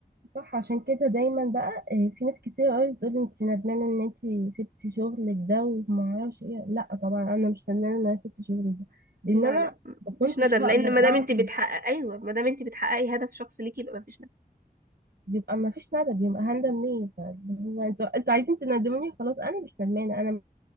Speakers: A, on the right; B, on the right.
A: صح عشان كده دايما بقى آه، في ناس كتير قوي بتقول انت ندمانه ان انت سبتي شغلك ده وما اعرفش ايه لا طبعا انا مش ندمانه ان انا سبت شغلي ده لان
B: لا
A: انا
B: لا
A: ما
B: مفيش
A: كنتش
B: ندم
A: هقدر
B: لان ما دام
A: اعمل
B: انت بتحقق ايوه ما دام انت بتحققي هدف شخص ليكي يبقى مفيش ندم
A: بيبقى ما فيش ندم بيبقى هندم ليه فاللي هو انتوا انتوا عايزين تندموني خلاص انا مش ندمانه انا